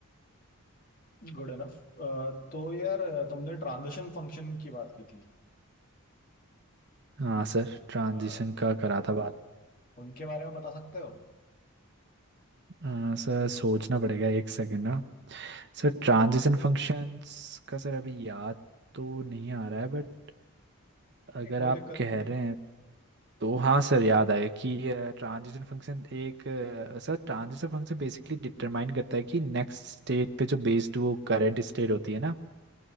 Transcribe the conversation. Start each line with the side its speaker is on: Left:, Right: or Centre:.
Left: Good enough तो यार तुमने ट्रांजिशन फंक्शन की बात की थी
Right: हाँ सर ट्रांजिशन
Left: अ,
Right: का करा था बात
Left: उनके बारे में बता सकते हो
Right: अ, सर सोचना पड़ेगा एक सेकंड ना सर ट्रांजिशन फंक्शंस का सर अभी याद तो नहीं आ रहा है बट अगर
Left: नहीं कोई
Right: आप
Left: दिक्कत
Right: कह
Left: नहीं है।
Right: रहे हैं तो हाँ सर याद आया कि ट्रांजिशन फंक्शन एक अ, sir transition function basically determine करता है कि नेक्स्ट स्टेट पे जो बेस्ड वो करंट स्टेट होती है ना